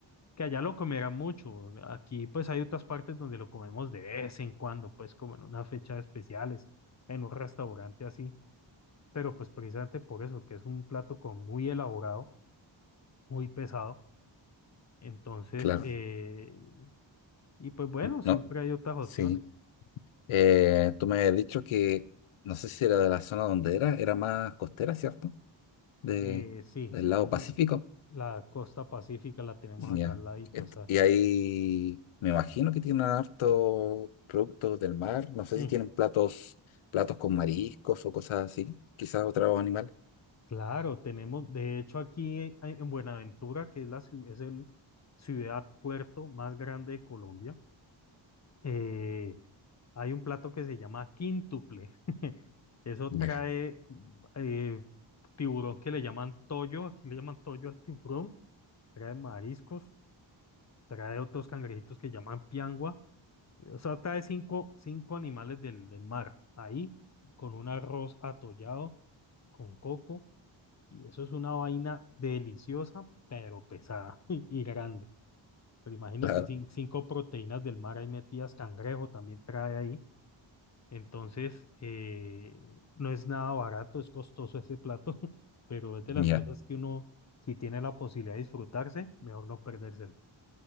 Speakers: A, on the left; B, on the left.
A: que allá lo comerán mucho. Aquí pues hay otras partes donde lo comemos de vez en cuando, pues como en unas fechas especiales, en un restaurante así. pero pues precisamente por eso, que es un plato con muy elaborado, muy pesado. Entonces,
B: Claro,
A: eh, y pues bueno, siempre
B: no,
A: hay otras opciones.
B: sí. Eh, tú me has dicho que, no sé si era de la zona donde era, era más costera, ¿cierto? De,
A: Eh, sí,
B: del
A: tenemos
B: lado Pacífico.
A: la costa pacífica, la tenemos
B: Ya.
A: acá al ladito,
B: Ent-
A: exacto.
B: Y ahí me imagino que tienen harto productos del mar. No sé
A: Mm,
B: si tienen platos, platos con mariscos o cosas así, quizás otro animal.
A: claro, tenemos, de hecho aquí en en Buenaventura, que es la, ciu- es el ciudad puerto más grande de Colombia, eh, Hay un plato que se llama quíntuple. <laughs> Eso
B: Ya,
A: trae mm, eh, tiburón que le llaman toyo, aquí le llaman toyo al tiburón, trae mariscos, trae otros cangrejitos que llaman piangua, o sea, trae cinco, cinco animales del, del mar, ahí, con un arroz atollado, con coco, y eso es una vaina deliciosa, pero pesada <laughs> y grande. Pero imagínate,
B: claro,
A: cin- cinco proteínas del mar ahí metidas, cangrejo también trae ahí. Entonces, eh, no es nada barato, es costoso ese plato, <laughs> pero es de las
B: ya,
A: cosas que uno, si tiene la posibilidad de disfrutarse, mejor no perdérselas.